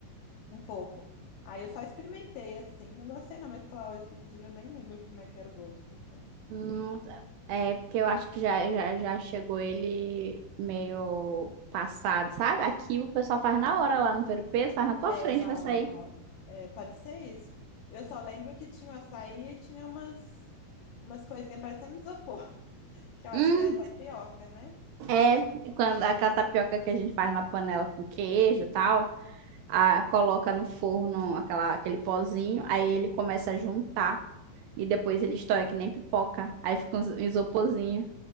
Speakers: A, on the left; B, on the right.
A: um pouco. Aí eu só experimentei assim, não gostei não, mas falar hoje em dia eu nem lembro como é que era o gosto, então.
B: Nossa. É, porque eu acho que já, já, já chegou ele meio passado, sabe? Aqui o pessoal faz na hora lá no Ver-o-Peso, faz na tua
A: É,
B: frente,
A: não,
B: vai sair.
A: é não. É, pode ser isso. Eu só lembro que tinha o açaí e tinha umas umas coisinhas parecendo isopor, <laughs> que eu acho
B: Hum,
A: que é tapioca, né?
B: é, quando aquela tapioca que a gente faz na panela com queijo e tal, a, coloca no forno aquela, aquele pozinho, aí ele começa a juntar e depois ele estoura que nem pipoca, aí fica um isoporzinho.